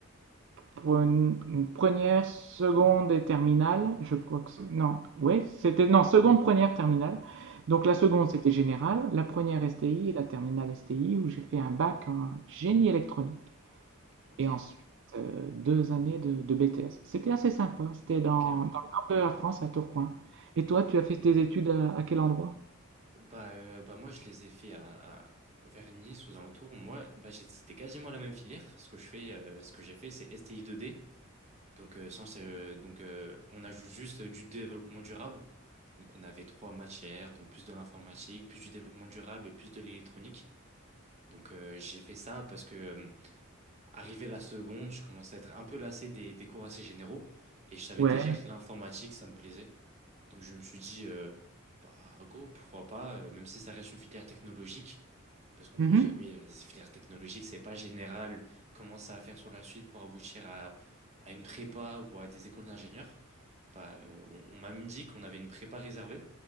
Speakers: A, on the right (about 60°); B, on the right (about 35°).
A: pour une, une première, seconde et terminale. Je crois que c- non. Oui, c'était non seconde, première, terminale. Donc
B: ok,
A: la seconde c'était générale, la première STI et la terminale STI où j'ai fait un bac en génie électronique.
B: ok,
A: Et ensuite, euh, deux années de, de BTS. C'était assez sympa. C'était dans,
B: ok, ouais.
A: dans le nord de la France, à Tourcoing. Et toi, tu as fait tes études à, à quel endroit?
B: Bah, euh, bah moi, je les ai fait à, à- vers Nice, aux alentours. Moi, bah, j'ai- c'était quasiment la même filière. Ce que je fais, euh, ce que j'ai fait, c'est STI2D. Donc, euh, sans, euh, donc euh, on ajoute juste du développement durable. Donc, on avait trois matières, donc plus de l'informatique, plus du développement durable et plus de l'électronique. Donc, euh, j'ai fait ça parce que, euh, arrivé la seconde, je commençais à être un peu lassé des, des cours assez généraux. Et je savais
A: Ouais.
B: déjà que l'informatique, ça me plaisait. Donc je me suis dit, euh, bah go, pourquoi pas, euh, même si ça reste une filière technologique, parce qu'on
A: Mhm.
B: peut dire, oui, euh, c'est filière technologique, c'est pas général, comment ça va faire sur la suite pour aboutir à, à une prépa ou à des écoles d'ingénieurs, bah euh, on, on m'a même dit qu'on avait une prépa réservée.